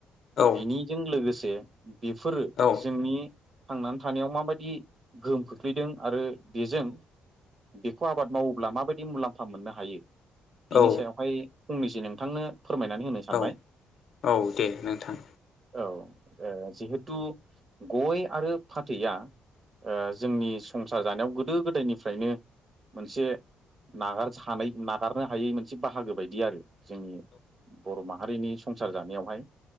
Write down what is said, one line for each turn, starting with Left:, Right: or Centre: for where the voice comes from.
Left: औ
Right: बिनिजों लोगोसे बेफोरो
Left: औ
Right: जोंनि थांनानै थानायाव माबायदि गोहोम खोख्लैदों आरो बेजों बेखौ आबाद मावोब्ला माबायदि मुलाम्फा मोननो हायो बिनि
Left: औ
Right: सायावहाय फंनैसो नोंथांनो फोरमायनानै होनो सानबाय
Left: औ औ दे नोंथां।
Right: औ जिहेथु गय आरो फाथैया जोंनि संसार जानायाव गोदो गोदायनिफ्रायनो मोनसे नागार सानाय नागारनो हायै मोनसे बाहागो बायदि आरो जोंनि बर' माहारिनि संसार जानायावहाय